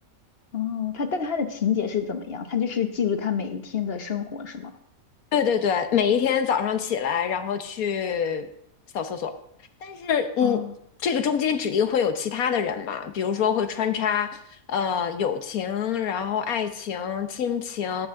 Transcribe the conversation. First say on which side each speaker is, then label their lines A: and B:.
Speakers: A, on the left; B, on the left.
A: 哦，他但他的情节是怎么样？他就是记录他每一天的生活是吗？
B: 对对对，每一天早上起来，然后去扫厕所。但是，嗯，
A: 哦，
B: 这个中间指定会有其他的人嘛，比如说会穿插，呃，友情，然后爱情、亲情，